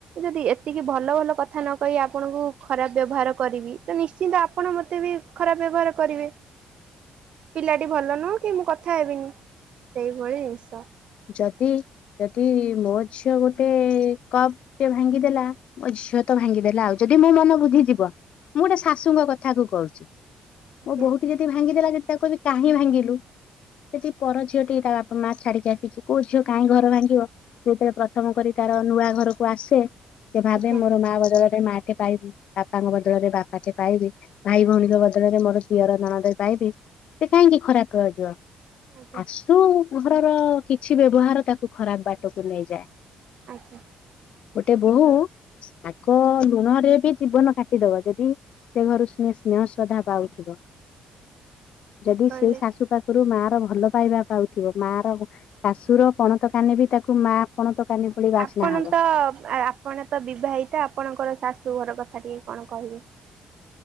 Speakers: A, on the right; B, on the left.
A: ଯଦି ଏତିକି ଭଲ ଭଲ କଥା ନ କହି ଆପଣଙ୍କୁ ଖରାପ୍ ବ୍ୟବହାର କରିବି ତ ନିଶ୍ଚିନ୍ତ ଆପଣ ମତେ ବି ଖରାପ୍ ବ୍ୟବହାର କରିବେ। ପିଲାଟି ଭଲ ନୁଁ କି ମୁଁ କଥା ହେବିନି ସେଇଭଳି ଜିନ୍ ଷ।
B: ଯଦି ଯଦି ମୋ ଝିଅ ଗୋଟେ କପ୍ ଟେ ଭାଙ୍ଗିଦେଲା ମୋ ଝିଅ ତ ଭାଙ୍ଗିଦେଲା ଆଉ ଯଦି ମୋ ମନ ବୁଝିଯିବ ମୁଁ ଗୋଟେ ଶାଶୁଙ୍କ କଥାକୁ କହୁଛି।
A: ଆଜ୍ଞା
B: ମୋ ବୋହୁଟି ଯଦି ଭାଙ୍ଗିଦେଲା <unintelligible> ତାକୁ କହିବି କାହିଁ ଭାଙ୍ଗିଲୁ ସେଠି ପର ଝିଅଟି ତା ବାପା ମା ଛାଡ଼ି ଯା ଇଚି କୋଉ ଝିଅ କାହିଁ ଘର ଭାଙ୍ଗିବ ସେଇଥିରେ ପ୍ରଥମ କରି ତାର ନୂଆ ଘରକୁ ଆସେ ସେ ଭାବେ
A: ଆଜ୍ଞା
B: ମୋର ମା ବଦଳ ରେ ମାଟେ ପାଇବି। ବାପାଙ୍କ ବଦଳରେ ବାପାଟେ ପାଇବି। ଭାଇ ଭଉଣୀଙ୍କ ବଦଳରେ ମୋର ଦିଅର ନଣନ୍ଦ ପାଇ ଇବି ସେ କାହିଁକି ଖରାପ ହୋଇଯିବ।
A: ଆଜ୍ଞା
B: ଆସୁ ଘରର କିଛି ବ୍ୟବହାର ତାକୁ ଖରାପ ବାଟକୁ ନେଇଯାଏ।
A: ଆଜ୍ଞା
B: ଗୋଟେ ବୋହୂ
A: ଠିକ୍
B: ଆ କ-ଲୁଣରେ ବି ଜୀବନ କାଟିଦବ ଯଦି ସେ ଘରୁ ସ୍ନେ ସ୍ନେହ ଶ୍ରଦ୍ଧା ପାଉଥିବ।
A: ଠିକ୍
B: ଯଦି
A: କହିଲେ।
B: ସେଇ ଶାଶୁ ପାଖରୁ ମା ର ଭଲ ପାଇବା ପାଉଥିବ। ମା ର ଶାଶୁର ପଣତ କାନି ବି ତାକୁ ମା ପଣତ କାନି ଭଳି ବାସ୍ନା
A: ଆପଣ
B: ହବ।
A: ତ ଆ, ଆପଣ ତ ବିବାହିତା ଆପଣଙ୍କର ଶା ଶୁ ଘର କଥା ଟିକେ କଣ କହିବେ?